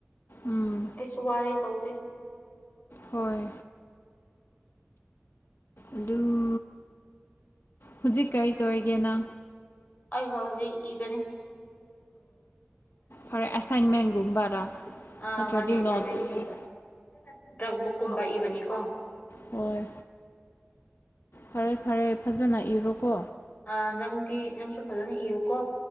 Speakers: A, on the left (about 70°); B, on the left (about 40°).
A: ꯎꯝ
B: ꯑꯩꯁꯨ ꯋꯥꯔꯦ ꯇꯧꯗꯦ
A: ꯍꯣꯏ ꯑꯗꯨ ꯍꯧꯖꯤꯛ ꯀꯔꯤ ꯇꯧꯔꯤꯒꯦꯅ
B: ꯑꯩꯐꯥꯎꯖꯤ ꯏꯕꯅꯤ
A: ꯍꯔ ꯑꯦꯁꯥꯏꯟꯃꯦꯟꯒꯨꯝꯕꯔꯥ
B: ꯑꯥ
A: ꯅꯠꯇ꯭ꯔꯗꯤ
B: ꯃꯥꯅꯦ ꯑꯦꯁꯥꯏꯟꯃꯦꯟꯒꯨꯝꯕ
A: ꯅꯣꯠꯁ
B: ꯗ꯭ꯔꯛ ꯕꯨꯛꯀꯨꯝꯕ ꯏꯕꯅꯤꯀꯣ
A: ꯍꯣꯏ ꯐꯔꯦ ꯐꯔꯦ ꯐꯖꯅ ꯏꯔꯣꯀꯣ
B: ꯑ ꯅꯪꯗꯤ ꯅꯪꯁꯨ ꯐꯖꯅ ꯏꯌꯨꯀꯣ